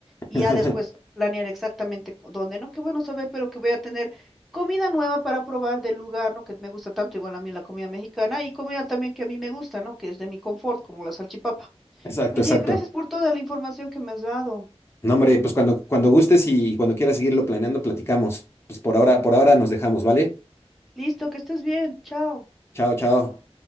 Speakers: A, in the centre; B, on the left.
A: y
B: <laughs>
A: ya después planear exactamente cu- dónde, ¿no? Qué bueno saber, pero que voy a tener comida nueva para probar del lugar, ¿no? Que me gusta tanto, igual a mí la comida mexicana y comida también que a mí me gusta, ¿no? Que es de mi confort, como la salchipapa.
B: Exacto,
A: Oye,
B: exacto.
A: gracias por toda la información que me has dado.
B: No, hombre, pues cuando, cuando gustes y cuando quieras seguirlo planeando, platicamos. Pues por ahora, por ahora nos dejamos, ¿vale?
A: Listo, que estés bien. Chao.
B: Chao, chao.